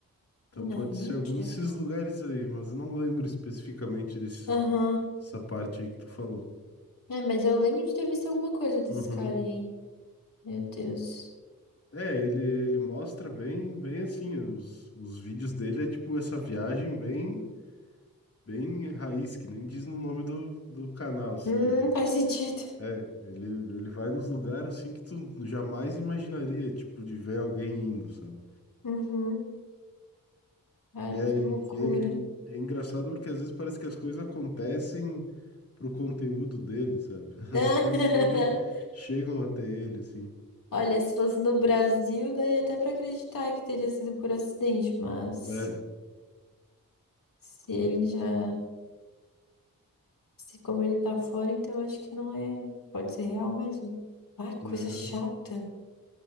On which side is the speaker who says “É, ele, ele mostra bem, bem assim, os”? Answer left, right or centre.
Left